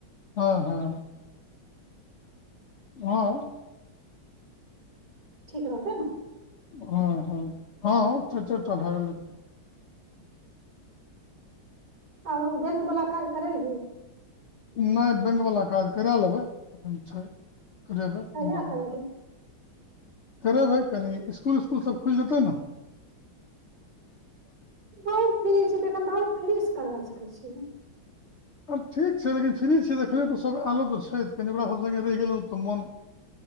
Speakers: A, on the left; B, on the right.
A: हँ हँ हँ
B: ठीक रहतै न
A: हां हां हां चारि चारिटा भए गेल
B: आर ओ बैंक वला काज करयलहि
A: नई बैंकवला काज करा लेबै एखन छै करेबै
B: कहिया
A: बाद
B: करेबही
A: में कराएब करेबै कनि स्कुल उस्कुल सभ खुलि जेतै न
B: आओर फ्री छी तखन तऽ आओर फ्रीसँ करबा सकै छी ना
A: आब ठीक छैइ लेकिन फ्री छी तखन तऽ सब आएलो तऽ छैइ कनि ओकरा सभ सङ्गे रहि गेलहुँ तऽ मन